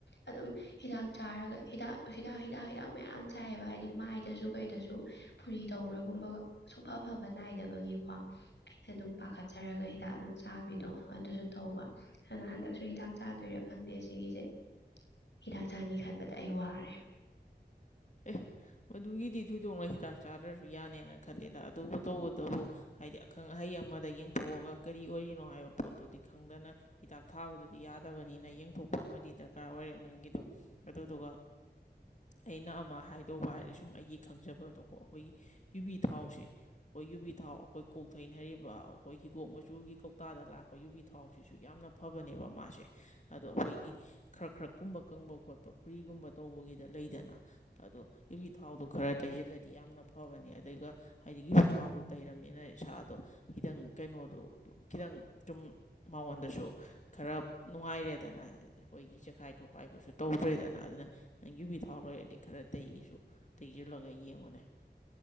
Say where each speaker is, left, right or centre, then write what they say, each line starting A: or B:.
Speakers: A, on the left; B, on the left.
A: ꯑꯗꯨꯝ ꯍꯤꯗꯥꯛ ꯆꯥꯔꯒ ꯍꯤꯗꯥꯛ ꯍꯤꯗꯥꯛ ꯍꯤꯗꯥꯛ ꯍꯤꯗꯥꯛ ꯃꯌꯥꯝ ꯁꯥꯏꯑꯕ ꯍꯥꯏꯗꯤ ꯃꯥꯏꯗꯁꯨ ꯀꯩꯗꯁꯨ ꯐꯨꯔꯤ ꯇꯧꯕ꯭ꯔꯥꯒꯨꯝꯕ ꯁꯨꯡꯐ ꯑꯐꯕ ꯅꯥꯏꯗꯕꯒꯤꯀꯣ ꯑꯩꯅ ꯑꯗꯨꯝ ꯄꯥꯈꯠꯆꯩ ꯊꯔꯒ ꯍꯤꯗꯥꯛ ꯑꯗꯨꯝ ꯆꯥꯕꯤꯗꯣ ꯑꯗꯨꯁꯨ ꯊꯧꯕ ꯑꯗꯨꯅ ꯍꯟꯗꯛꯁꯨ ꯍꯤꯗꯥꯛ ꯆꯥꯗꯣꯏꯔꯥ ꯈꯪꯗꯦ ꯁꯤꯒꯤꯁꯦ ꯍꯤꯗꯥꯛ ꯆꯥꯅꯤ ꯈꯟꯕꯗ ꯑꯩ ꯋꯥꯔꯦ
B: ꯑꯦ ꯃꯗꯨꯒꯤꯗꯤ ꯊꯣꯏꯗꯣꯛꯅ ꯍꯤꯗꯥꯛ ꯆꯥꯗ꯭ꯔꯁꯨ ꯌꯥꯅꯦꯅ ꯈꯜꯂꯦꯗ ꯑꯗꯨꯕꯨ ꯇꯧꯕꯇꯕꯨ ꯍꯥꯏꯗꯤ ꯑꯈꯪ ꯑꯍꯩ ꯑꯃꯗ ꯌꯦꯡꯊꯣꯛꯑꯒ ꯀꯔꯤ ꯑꯣꯏꯔꯤꯅꯣ ꯍꯥꯏꯕ ꯄꯣꯠꯇꯨꯗꯤ ꯈꯪꯗꯅ ꯍꯤꯗꯥꯛ ꯊꯥꯕꯗꯨꯗꯤ ꯌꯥꯗꯕꯅꯤꯅ ꯊꯣꯛꯄ ꯑꯃꯗꯤ ꯗꯔꯀꯥꯔ ꯑꯣꯏꯔꯦ ꯅꯪꯒꯤꯗꯣ ꯑꯗꯨꯗꯨꯒ ꯑꯩꯅ ꯃꯥ ꯍꯥꯏꯗꯧꯕ ꯍꯥꯏꯔꯗꯤ ꯁꯨꯝ ꯑꯩꯒꯤ ꯈꯪꯖꯕ ꯑꯗꯣꯀꯣ ꯑꯩꯈꯣꯏꯒꯤ ꯌꯨꯕꯤ ꯊꯥꯎꯁꯦ ꯑꯩꯈꯣꯏ ꯌꯨꯕꯤ ꯊꯥꯎ ꯑꯩꯈꯣꯏ ꯀꯣꯛꯊꯩꯅ ꯍꯥꯏꯔꯤꯕ ꯑꯩꯈꯣꯏ ꯍꯤꯒꯣꯛ ꯃꯆꯨꯒꯤ ꯀꯧꯇꯥꯗ ꯂꯥꯛꯄ ꯌꯨꯕꯤ ꯊꯥꯎꯁꯤꯁꯨ ꯌꯥꯝꯅ ꯐꯕꯅꯦꯕ ꯃꯥꯁꯦ ꯑꯗꯣ ꯑꯩꯈꯣꯏꯒꯤ ꯈꯔ ꯈꯔ ꯀꯨꯝꯕ ꯀꯪꯕ ꯈꯣꯠꯄ ꯐꯨꯔꯤꯒꯨꯝꯕ ꯇꯧꯕꯒꯤꯗ ꯂꯩꯗꯅ ꯑꯗꯣ ꯌꯨꯕꯤ ꯊꯥꯎꯗꯣ ꯈꯔ ꯇꯩꯁꯤꯜꯂꯗꯤ ꯌꯥꯝꯅ ꯐꯕꯅꯤ ꯑꯗꯨꯒ ꯍꯥꯏꯗꯤ ꯌꯨꯕꯤ ꯊꯥꯎꯗꯣ ꯇꯩꯔꯝꯅꯤꯅ ꯏꯁꯥꯗꯣ ꯈꯤꯇꯪ ꯀꯩꯅꯣꯗꯣ ꯈꯤꯇꯪ ꯆꯨꯝ ꯃꯉꯣꯟꯗꯁꯨ ꯈꯔ ꯅꯨꯡꯉꯥꯏꯔꯦꯗꯅ ꯑꯩꯈꯣꯏꯒꯤ ꯆꯦꯈꯥꯏ ꯈꯣꯠꯈꯥꯏꯕꯁꯨ ꯇꯧꯗ꯭ꯔꯦꯗꯅ ꯑꯗꯨꯅ ꯅꯪ ꯌꯨꯕꯤ ꯊꯥꯎ ꯂꯩꯔꯗꯤ ꯈꯔ ꯇꯩꯏꯁꯨ ꯇꯦꯛꯁꯤꯜꯂꯒ ꯌꯦꯡꯉꯨꯅꯦ